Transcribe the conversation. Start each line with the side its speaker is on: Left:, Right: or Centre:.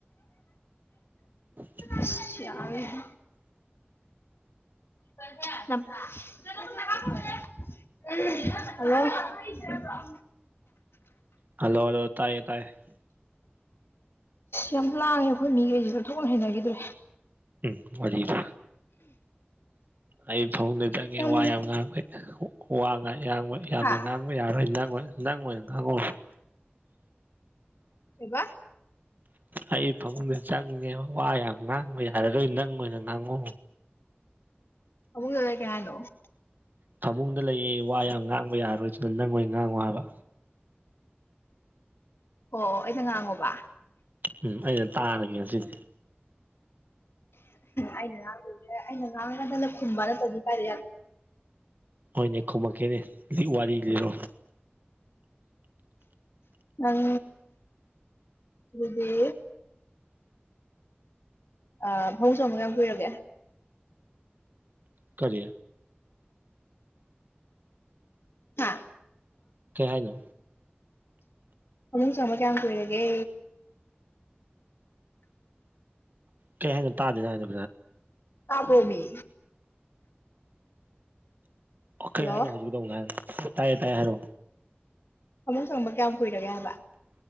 Right: <inaudible>
Left: ꯏꯁ ꯌꯥꯔꯔꯣꯏꯍꯦ <unintelligible> <unintelligible>
Right: ꯍꯜꯂꯣ ꯍꯜꯂꯣ ꯇꯥꯏꯌꯦ ꯇꯥꯏꯌꯦ
Left: ꯌꯥꯝ ꯂꯥꯡꯉꯦ ꯑꯩꯈꯣꯏ ꯃꯤꯒꯩꯖꯦ ꯑꯣꯟꯊꯣꯛꯅ ꯍꯩꯅꯒꯤꯗ꯭ꯔꯦ
Right: ꯎꯝ ꯋꯥꯔꯤꯗ ꯑꯩ ꯐꯥꯃꯨꯡꯗ ꯆꯡ ꯉꯦ
Left: ꯅꯪ
Right: ꯋꯥ ꯌꯥꯝ ꯉꯥꯡꯕꯩ ꯋꯥ ꯉꯥꯡ ꯌꯥꯝꯋꯩ ꯌꯥꯝꯅ
Left: ꯍꯥ
Right: ꯉꯥꯡ ꯃꯣꯏ ꯌꯥꯔꯔꯣꯏ ꯅꯪ ꯑꯣꯏ ꯅꯪ ꯑꯣꯏꯅ ꯉꯥꯡꯉꯣ
Left: ꯀꯩꯕ
Right: ꯑꯩ ꯐꯃꯨꯡꯗ ꯆꯪꯉꯦꯕ ꯋꯥ ꯌꯥꯝ ꯉꯥꯡꯕ ꯌꯥꯔꯕꯣꯏ ꯅꯪ ꯑꯣꯏꯅ ꯉꯥꯡꯉꯣ
Left: ꯑꯃꯨꯛ ꯂꯂ ꯀꯦ ꯍꯥꯏꯜꯅꯣ <inaudible>
Right: ꯐꯃꯨꯡꯗ ꯂꯩꯌꯦ ꯋꯥ ꯌꯥꯝ ꯉꯥꯡꯕ ꯌꯥꯔꯣꯏꯗꯨꯅ ꯅꯪꯑꯣꯢ ꯉꯥꯡꯉꯣ ꯍꯥꯏꯕ
Left: ꯑꯣ ꯑꯣ ꯑꯩꯩꯅ ꯉꯥꯡꯉꯣꯕ
Right: ꯎꯝ ꯑꯩꯅ ꯇꯥꯔꯒꯦ ꯉꯁꯤꯗꯤ
Left: ꯑꯩꯅ ꯉꯥꯡ ꯑꯩꯅ ꯉꯥꯡꯒꯗꯅ ꯈꯨꯝꯕ ꯅꯠꯇꯗꯤ ꯀꯥꯏꯗ
Right: ꯍꯣꯏꯅꯦ ꯈꯨꯝꯃꯛꯀꯦꯅꯦ ꯍꯧꯖꯤꯛ ꯋꯥꯔꯤ ꯂꯤꯔꯛꯑꯣ
Left: ꯅꯪ ꯑꯗꯨꯗꯤ ꯐꯃꯨꯛ ꯆꯪꯕ ꯀꯌꯥꯝ ꯀꯨꯏꯔꯒꯦ
Right: ꯀꯔꯤ
Left: ꯍꯥ
Right: ꯀꯩ ꯍꯥꯏꯅꯣ
Left: ꯐꯃꯨꯡ ꯆꯪꯕ ꯀꯌꯥꯝ ꯀꯨꯏꯔꯒꯦ
Right: ꯀꯩ ꯍꯥꯏꯅꯣ ꯇꯥꯗꯦ ꯅꯪ ꯍꯥꯢꯗꯣ
Left: ꯇꯥꯕꯔꯣꯃꯦ
Right: ꯑꯣ ꯀꯩ
Left: ꯍꯜꯂꯣ
Right: ꯍꯥꯏꯅꯣ ꯍꯧꯖꯤꯛꯒꯥꯗꯣ ꯑꯃꯨꯛꯒ <inaudible> ꯍꯥꯏ ꯇꯥꯏꯌꯦ ꯇꯥꯏꯌꯦ ꯍꯥꯏꯔꯣ
Left: ꯐꯃꯨꯛ ꯆꯪꯕ ꯀꯌꯥꯝ ꯀꯨꯏꯔꯒꯦ ꯍꯥꯏꯕ